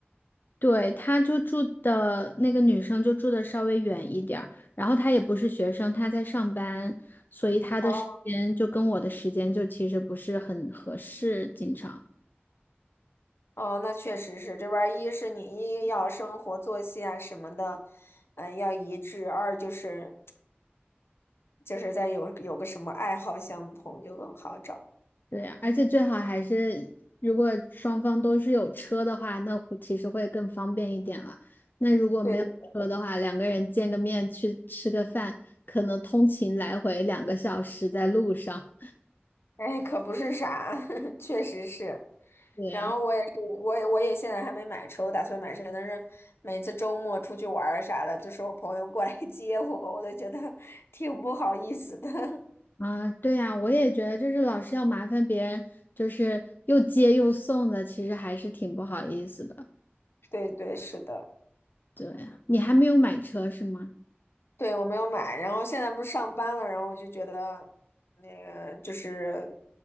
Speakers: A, on the left (about 50°); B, on the left (about 75°).
A: 对，他就住的那个女生就住的稍微远一点儿，然后她也不是学生，她在上班，所以她的时间就跟我的时间就其实不是很合适，
B: 哦。
A: 经常。
B: 哦，那确实是这边儿一是你一要生活作息啊什么的，嗯，要一致；二就是就是在有有个什么爱好相同就更好找。
A: 对呀，而且最好还是如果双方都是有车的话，那会其实会更方便一点了。那如果没有车的话，
B: 对对，
A: 两个人见个面去吃个饭，可能通勤来回两个小时在路上。
B: 哎，可不是啥，<laughs> 确实是。
A: 对呀，
B: 然后我也是，我也我也现在还没买车，我打算买车，但是每次周末出去玩儿啥的，就是我朋友过来 <laughs> 接我，我都觉得挺不好意思的。
A: 啊，对呀，我也觉得就是老是要麻烦别人，就是又接又送的，其实还是挺不好意思的。
B: <laughs> 对对，是的。
A: 对呀，你还没有买车是吗？
B: 对，我没有买，然后现在不是上班了，然后我就觉得那个就是，